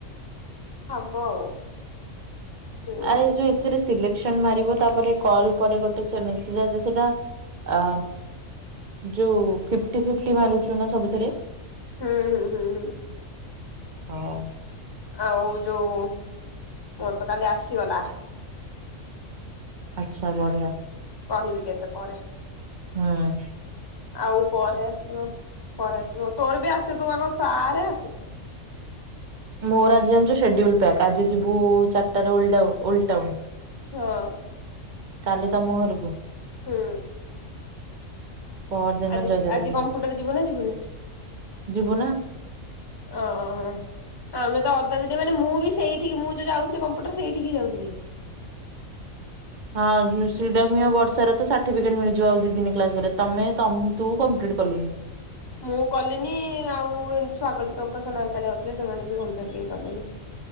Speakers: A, on the left; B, on the right.
A: ହବ ଆଉ ହୁଁ
B: ଆରେ ଯୋଉ ଏଥିରେ ସିଲେକ୍ସନ ମାରିବ ତାପରେ କଲ ପରେ ଗୋଟେ ମେସେଜ ଆେ ସେଟା ଆ ଯୋଉ ଫିପ୍ଟି ଫପ୍ଟି ମାରଛୁ ନା ସବୁଥିରେ?
A: ହୁଁ ହୁଁ ହୁଁ ହୁଁ
B: ହଉ।
A: ଆଉ ଯୋଉ ମୋର ତ କାଲି ଆସିଗଲା।
B: ଆଛା ବଢ଼ିଆ
A: କହିବି କେତେ ପରେ।
B: ହଁ।
A: ଆଉ ପରେ ଆସିବ ପରେ ଆସିବ ତୋର ବି ଆସିବ ତୁ ଆଗ ସାରେ ଆସିବ।
B: ମୋର ଆଜି ଜାଣିଛୁ ସେଡ୍ୟୁଲ ପ୍ୟାକ୍ ଆଜି ଯିବୁ ଚାରିଟାରେ ଓଲଟାଡାଉନ୍ ଓଲଟାଉନ୍।
A: ହଁ।
B: କାଲି ତମ ଘରକୁ
A: ହୁଁ।
B: ପହରଦିନ
A: ଆଜି
B: ଜୟଦେବ ବାଟିକା
A: ଆଜି କମ୍ପ୍ୟୁଟର ଯିବୁ ନା ଯିବୁନି?
B: ଯିବୁ ନା?
A: ଓ ଓ ହୋ। ଆମେ ତ ଅଧା ଦିନେ ମାନେ ମୁଁ ବି ସେଇଠିକି ମୁଁ ଯୋଉ ଯାଉଥିଲ କମ୍ପ୍ୟୁଟର ସେଇଠିକି ଯାଉଥିଲି।
B: ହଁ <unintelligible> ବର୍ଷାର ତ ସାର୍ଟିଫିକେଟ ମିଳିଯିବ ଆଉ ଦି ଦିନି କ୍ଲାସ ଗଲେ ତମେ ତୁ କମ୍ପ୍ଲିଟ୍ କଲୁନି
A: ମୁଁ କଲିନି ଆଉ ଏମତି ସ୍ଵାଗତିକ ଉପାସନା ଘରିକା ଯାଉଥିଲେ ସେମାନେ ବି କମ୍ପଲିଟ କେହି କଲେନି।